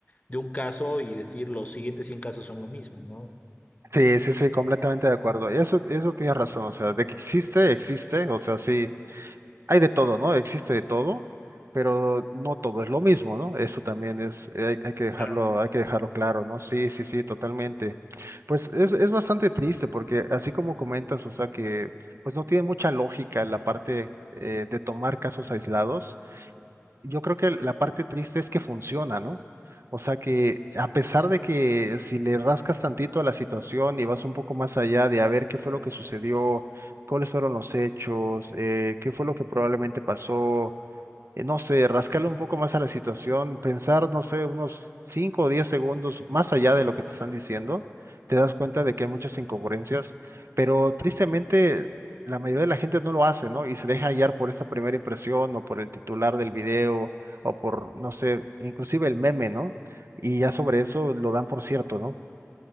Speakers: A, on the left; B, on the right.
A: de un caso y decir los siguientes 100 casos son lo mismo, ¿no?
B: Sí, sí, sí, completamente de acuerdo. Eso, eso tienes razón, o sea, de que existe, existe, o sea, sí. hay de todo, ¿no? Existe de todo, pero no todo es lo mismo, ¿no? Eso también es, eh, hay, hay que
A: Exacto.
B: dejarlo, hay que dejarlo claro, ¿no? Sí, sí, sí, totalmente. Pues es, es bastante triste porque así como comentas, o sea que pues no tiene mucha lógica la parte eh, de tomar casos aislados yo creo que la parte triste es que funciona, ¿no? O sea que a pesar de que si le rascas tantito a la situación y vas un poco más allá de a ver qué fue lo que sucedió, cuáles fueron los hechos, eh, qué fue lo que probablemente pasó, eh, no sé, rascarle un poco más a la situación, pensar, no sé, unos 5 o 10 segundos más allá de lo que te están diciendo, te das cuenta de que hay muchas incongruencias, pero tristemente la mayoría de la gente no lo hace, ¿no? Y se deja hallar por esta primera impresión o por el titular del video o por, no sé, inclusive el meme, ¿no? Y ya sobre eso lo dan por cierto, ¿no?